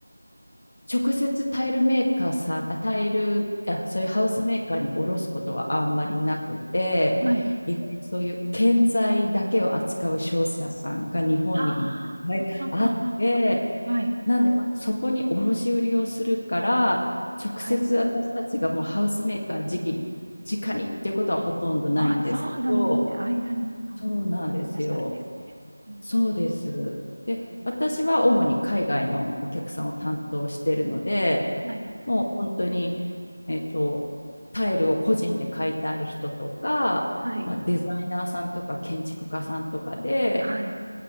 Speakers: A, on the left (about 45°); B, on the right (about 50°).
A: 直接タイルメーカーさん、あ、タイル、あ、そういうハウスメーカーに卸すことはあんまりなくて、
B: はい。
A: 意外にそういう建材だけを扱う商社さんが日本にいっぱいあって、
B: ああ、ああああはい。
A: なんで、まあそこに卸売りをするから、直接私たちがもうハウスメーカー直に、
B: はい。
A: 直にっていうことはほとんどないんですけど、
B: あ、そうなんですね。間に、あ、
A: そうなんですよ。
B: いらっしゃるんですね。うんうんうん
A: そうです。で、
B: うんう
A: 私は主に海外のお客さんを担当しているので、
B: んはい。
A: もう本当に、えっと、タイルを個人で買いたい人とか、
B: はい。
A: まあ、デザイナーさんとか建築家さんとかで
B: はい。